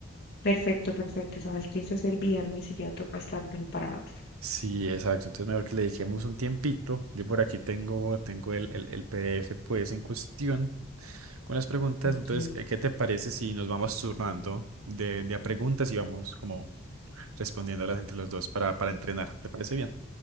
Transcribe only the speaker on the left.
perfecto, perfecto. Sabes que eso es el viernes y ya toca estar preparados.
Ok,